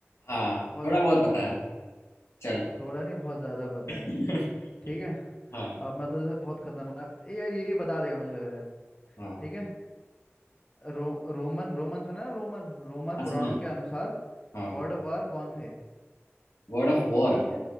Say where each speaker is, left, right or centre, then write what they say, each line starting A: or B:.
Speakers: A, on the left; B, on the left.
A: हाँ
B: बहुत
A: थोड़ा बहुत पता
B: हाँ
A: है चल
B: थोड़ा नहीं बहुत ज़्यादा पता
A: <laughs>
B: है ठीक है
A: हाँ
B: अब मैं तुझे बहुत खतरनाक ये यार ये भी बता देगा मुझे लग रहा है
A: हाँ
B: ठीक है रो, रोमन रोमन सुना है ना रोमन रोमन
A: हाँ सुना
B: पुराणों
A: है
B: के अनुसार
A: हाँ
B: गॉड ऑफ वार कौन थे
A: God of war
B: ठीक है